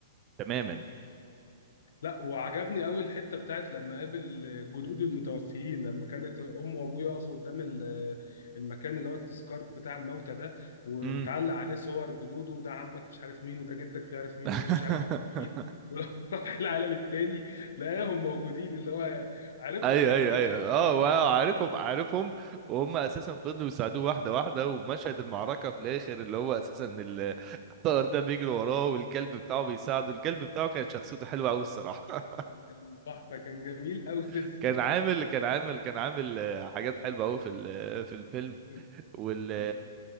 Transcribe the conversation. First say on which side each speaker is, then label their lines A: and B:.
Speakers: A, on the right; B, on the left.
A: تماما
B: مم. لا وعجبني قوي الحته بتاعت لما قابل جدود المتوفيين لما كانت امه وابوه يقفوا قدام ال- المكان اللي هو التذكار بتاع الموتى ده ومتعلق
A: امم
B: عليه صور جدوده وده عمك مش عارف مين وده جدك مش عارف مين
A: <laughs>
B: وده مش عارف مين ولو <laughs> راح العالم التاني لقاهم موجودين اللي هو عارفهم
A: ايوه
B: حتى
A: ايوه ايوه
B: مش عارف
A: اه واو
B: مش
A: عارفهم
B: عارف.
A: عارفهم وهم اساسا فضلوا يساعدوه واحده واحده ومشهد المعركه في الاخر اللي هو اساسا ال- الطائر ده بيجري وراه والكلب بتاعه بيساعده الكلب بتاعه كانت شخصيته حلوه قوي الصراحه
B: كان تحفه كان جميل قوي <laughs>
A: <laughs>
B: لذيذ
A: كان عامل كان عامل كان عامل آه، حاجات حلوه قوي في ال- في الفيلم
B: مم.
A: وال
B: مم.